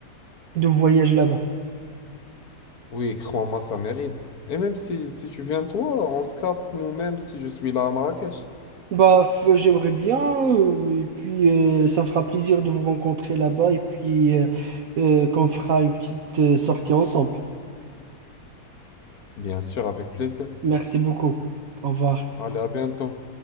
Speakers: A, on the right; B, on the left.
A: de voyage là-bas.
B: Oui, crois-moi, ça mérite. Et même si, si tu viens toi, on se capte nous-mêmes si je suis là à Marrakech.
A: Bah, f- j'aimerais bien, euh, et puis euh, ça me fera plaisir de vous rencontrer là-bas, et puis euh, euh, qu'on fera une petite euh, sortie ensemble.
B: Bien sûr, avec plaisir.
A: Merci beaucoup. Au revoir.
B: Allez, à bientôt.